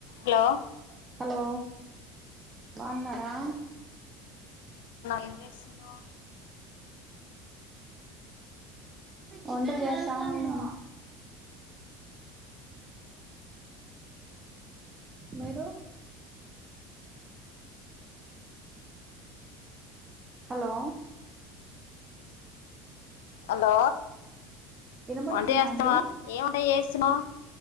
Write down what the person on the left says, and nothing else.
Hello.
ఏం చేస్తున్నావ్
హలో
వంట చేస్తావా
ఏమంటే చేస్తున్నావ్